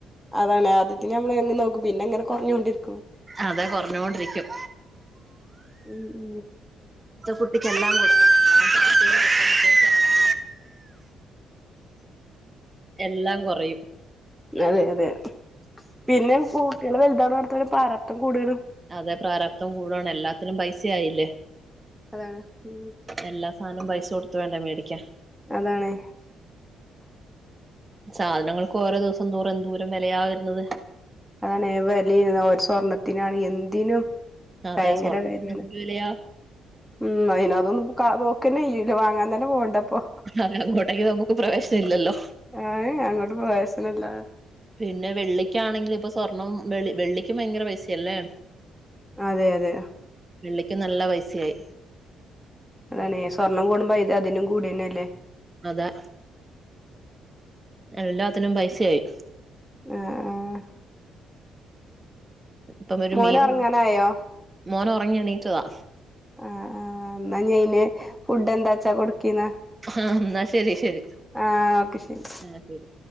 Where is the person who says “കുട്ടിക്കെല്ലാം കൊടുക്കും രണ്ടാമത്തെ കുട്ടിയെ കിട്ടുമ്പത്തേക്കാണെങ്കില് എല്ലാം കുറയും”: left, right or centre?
Right